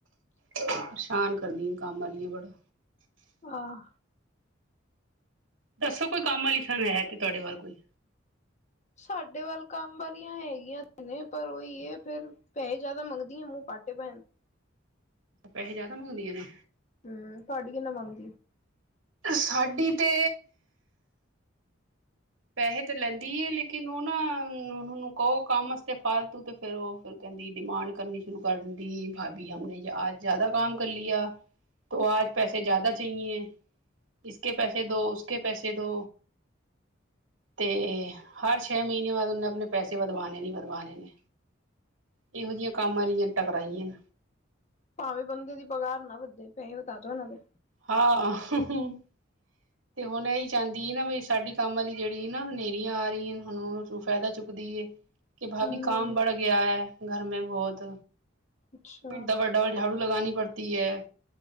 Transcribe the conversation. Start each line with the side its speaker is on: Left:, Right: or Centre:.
Right: ਪਰੇਸ਼ਾਨ ਕਰਨੀ ਕੰਮ ਆਲੀਆਂ ਬੜਾ।
Left: ਆਹ
Right: ਦੱਸੋ ਕੋਈ ਕੰਮ ਆਲੀ ਫੇਰ ਹੈ ਕੇ ਤੁਹਾਡੇ ਵੱਲ ਕੋਈ।
Left: ਸਾਡੇ ਵੱਲ ਕੰਮ ਵਾਲਿਆਂ ਹੈਗੀਆਂ ਤੇ ਨੇ ਪਰ ਔਹੀ ਏ, ਫੇਰ ਪੈਸੇ ਜਿਆਦਾ ਮੰਗਦੀਆਂ, ਮੂੰਹ ਪਾਟੇ ਪਏ ਨ।
Right: ਪੈਹੇ ਜ਼ਿਆਦਾ ਮੰਗਦੀਆਂ ਨੇ?
Left: ਹੂੰ ਤੁਹਾਡੀ ਕਿੰਨਾ ਮੰਗ
Right: ਸਾਡੀ ਤੇ ਪੈਹੇ ਲੈਂਦੀ ਏ, ਲੇਕਿਨ ਔ ਨਾ ਔਨੂੰ ਕਹੋ ਕੰਮ ਆਸਤੇ ਫਾਲਤੂ ਤੇ, ਫੇਰ ਔ ਫੇਰ ਕਹਿੰਦੀ ਡਿਮਾਂਡ ਕਰਨੀ ਸ਼ੁਰੂ ਕਰ ਦਿੰਦੀ, ਭਾਬੀ ਹਮਣੇ ਯੇ ਆਜ ਜ਼ਿਆਦਾ ਕੰਮ ਕਰ ਲਿਆ, ਤੋਂ ਆਜ ਪੈਸੇ ਜ਼ਿਆਦਾ ਚਾਹੀਏ। ਇਸਕੇ ਪੈਸੇ ਦੋ ਉਸਕੇ ਪੇ ਪੈਸੇ ਦੋ ਤੇ ਹਰ ਛੇ ਮਹੀਨੇ ਬਾਦ ਔਨੇ ਆਪਣੇ ਪੈਸੇ ਵਧਵਾਣੇ ਹੀ ਵਧਵਾਣੇ ਨੇ, ਇਹੋ ਜਿਹੀਆਂ ਕੰਮ ਵਾਲੀਆਂ ਟਕਰਾਈਆਂ।
Left: ਭਾਵੇਂ ਬੰਦੇ ਦੀ ਪਗਾਰ ਨਾ ਵੱਦੇ, ਪੈਹੇ ਵਧਾ ਦੋ ਇਹਨਾਂ ਦੇ।
Right: ਹਾਂ, ਹੁੰ ਹੁੰ, ਤੇ ਹੁਣ ਇਹੀ ਚਾਦੀ ਏ ਨਾ ਬਈ ਸਾਡੀ ਕੰਮ ਵਾਲੀ ਜਿਹੜੀ ਨਾ ਨੇਰੀਆਂ ਆ ਰਹੀਆਂ ਹਨ। ਔਦੇ ਚੋਂ ਫਾਇਦਾ ਚੁੱਕਦੀ ਏ। ਕਿ ਭਾਭੀ
Left: ਹਮ
Right: ਕਾਮ ਬੜ ਗਿਆ ਹੈ ਘਰ ਮੇਂ ਬਹੁਤ।
Left: ਅੱਛਾ
Right: ਇਡਾ ਵੱਡਾ ਵੇ ਝਾੜੂ ਲਗਾਨੀ ਪੜਤੀ ਏ।